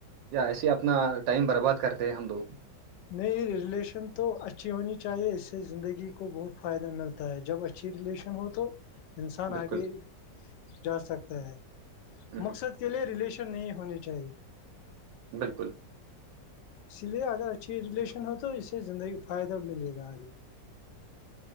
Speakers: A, on the right; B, on the left.
A: یا ایسے اپنا ٹائم برباد کرتے ہیں ہم لوگ
B: نہیں ریلیشن تو اچھی ہونی چاہیے اس سے زندگی کو بہت فائدہ ملتا ہے جب اچھی ریلیشن ہو تو انسان
A: بالکل
B: آگے جا سکتا ہے
A: ہوں ہوں،
B: مقصد کے لئے ریلیشن نہیں ہونی چاہیے
A: بالکل
B: اسی لیے اگر اچھی ریلیشن ہو تو اس سے زندگی کو فائدہ ملے گا آگے